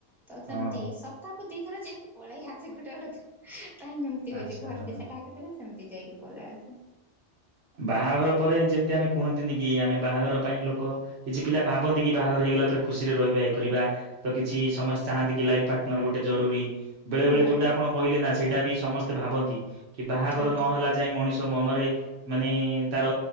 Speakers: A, in the centre; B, on the right.
A: ତ ସେମ
B: ହଁ
A: ସପ୍ତାହକୁ ଦି ଥର ଯାଇକି ପଳେଇକି ଆସେ ଗୋଟେ ଗୋଟେ ଦ ଟାଇମ ଏମତି ହୋଏ
B: ଆଚ୍ଛା
A: ଯେ ଘରେ
B: ହଁ।
A: ଦିଶା ଡାକୁଥିବେ ସେମତି ଯାଇକି ପଳେଇ ଆସେ।
B: ବାହାଘର ପରେ ଯେମତି ଆମେ କୁହନ୍ତିନି କି ଆମେ ବାହାଘର ପାଇଁ ଲ କ କିଛି ପିଲା ଭାବନ୍ତି କି ବାହାଘର ହେଇଗଲା ପରେ ଖୁସିରେ ରହିବା ଇ କରିବା ତ କିଛି ସମସ୍ତେ ଚାହାନ୍ତି କି ଲାଇଫ ପାର୍ଟନର ଗୋଟେ ଜରୁରୀ ବେଳେ
A: ହଁ
B: ବଳେ ଯୋଉଟା ଆପଣ କହିଲେ ନା ସେ ଏଟା ବି ସମସ୍ତେ ଭାବନ୍ତି। କି ବାହାଘର
A: ଆଜ୍ଞା
B: ନ ହେଲା ଯାଏ ମଣିଷ ତ ମନରେ ମାନେ ତାର